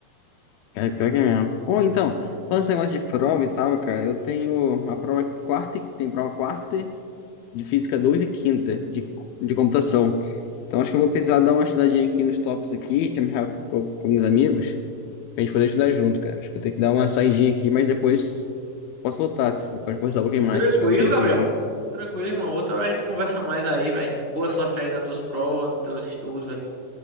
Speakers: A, on the left; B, on the right.
A: Cara, pior que é mesmo. Ou então, falando esse negócio de prova e tal, cara, eu tenho uma prova quarta, e- tem prova quarta de física 2 e quinta de, de computação. Então acho que eu vou precisar dar uma estudadinha aqui nos tópicos aqui, te amarrar com, com meus amigos, pra gente poder estudar junto, cara. Acho que eu tenho que dar uma saidinha aqui, mas depois posso voltar, se, pode conversar um pouquinho mais,
B: Tranquilo,
A: se tiver um tempinho
B: Gabriel?
A: aí.
B: Tranquilo, irmão. Outra hora a gente conversa mais aí, velho. Boa sorte aí nas tuas provas, nos teus estudos, velho.